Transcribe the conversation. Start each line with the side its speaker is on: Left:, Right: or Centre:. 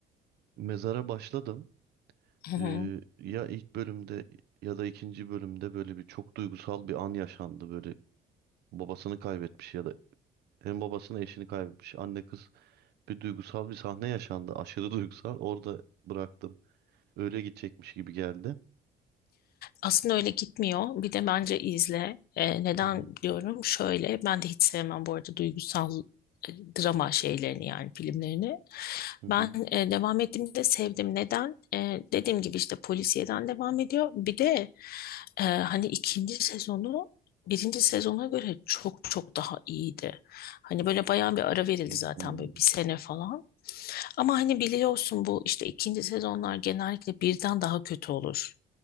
Right: Mezara başladım.
Left: <laughs>
Right: Ee, ya ilk bölümde ya da ikinci bölümde böyle bir çok duygusal bir an yaşandı. Böyle babasını kaybetmiş ya da hem babasını eşini kaybetmiş anne kız bir duygusal bir sahne yaşandı. Aşırı <laughs> duygusal. Orada bıraktım. Öyle gidecekmiş gibi geldi.
Left: Aslında öyle gitmiyor. Bir de bence izle. Ee, neden
Right: Hı hı.
Left: diyorum? Şöyle, ben de hiç sevmem bu arada duygusal e, drama şeylerini yani filmlerini.
Right: Hı hı.
Left: Ben e, devam ettiğimde sevdim. Neden? E, dediğim gibi işte polisiyeden devam ediyor. Bir de e, hani ikinci sezonu birinci sezona göre çok çok daha iyiydi. Hani böyle bayağı bir ara verildi
Right: Hmm.
Left: zaten böyle bir sene falan. Ama hani biliyorsun bu işte ikinci sezonlar genellikle birden daha kötü olur.